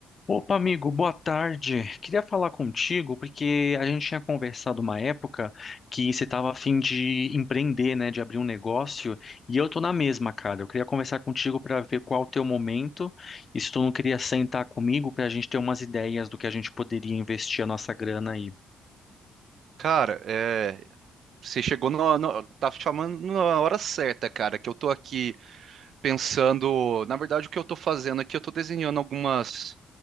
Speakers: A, on the left (about 45°); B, on the right (about 70°).
A: Opa, amigo, boa tarde. Queria falar contigo porque a gente tinha conversado uma época que você estava a fim de empreender, né, de abrir um negócio, e eu tô na mesma, cara. Eu queria conversar contigo para ver qual o teu momento e se tu não queria sentar comigo para a gente ter umas ideias do que a gente poderia investir a nossa grana aí.
B: Cara, é, você chegou no, no- tá chamando na hora certa, cara, que eu tô aqui pensando, na verdade o que eu tô fazendo aqui, eu tô desenhando algumas